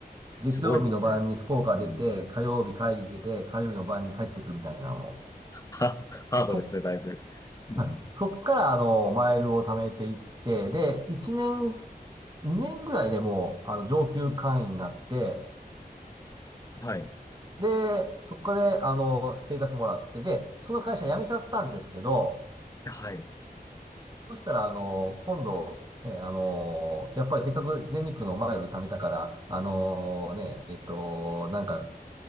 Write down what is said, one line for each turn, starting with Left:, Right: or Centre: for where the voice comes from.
Left: すごいですね。
Right: 月曜日の晩に福岡出て、
Left: うん。
Right: 火曜日会議出て、火曜日の晩に帰ってくるみたいなのを。
Left: <laughs> は、
Right: そ、
Left: ハードですね、だいぶ。うん。
Right: はいそっからあの、マイルを貯めていって、で、1年2年ぐらいでもう、あの、上級会員になって、
Left: はい。
Right: で、そこで、あの、ステータスもらって、で、その会社辞めちゃったんですけど、
Left: はい。
Right: そしたら、あの、今度、ね、あの、やっぱりせっかく全日空のマイル貯めたから、あのね、えっと、なんか、